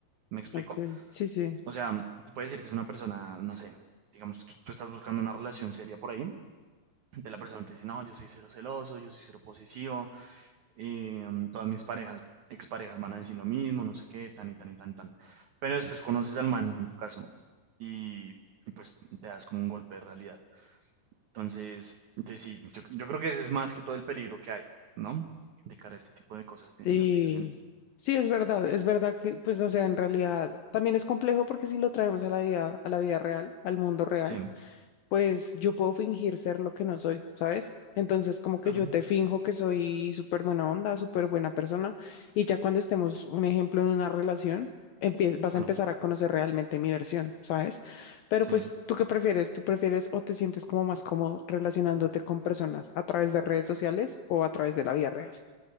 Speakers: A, on the right; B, on the left.
A: ¿Me explico?
B: ok, sí, sí.
A: O sea, te puedes decir que es una persona, no sé, digamos, tú, tú estás buscando una relación seria por ahí, de la persona te dice, no, yo soy cero celoso, yo soy cero posesivo, eh, todas mis parejas, exparejas van a decir lo mismo, no sé qué, tan y tan y tan, tan. Pero después conoces al man, en tu caso, y, y pues te das como un golpe de realidad. Entonces, entonces sí, yo, yo creo que ese es más que todo el peligro que hay, ¿no? De cara a este tipo de cosas, de,
B: Sí,
A: de aplicaciones.
B: sí, es verdad, es verdad que, pues, o sea, en realidad también es complejo porque si lo traemos a la vida, a la vida real, al mundo real,
A: Sí,
B: pues yo puedo fingir ser lo que no soy, ¿sabes? Entonces, como que
A: claro,
B: yo te finjo que soy súper buena onda, súper buena persona, y ya cuando estemos, un ejemplo, en una relación, empie- vas
A: claro,
B: a empezar a conocer realmente mi versión, ¿sabes? Pero
A: sí.
B: pues, ¿tú qué prefieres? ¿Tú prefieres o te sientes como más cómodo relacionándote con personas a través de redes sociales o a través de la vida real?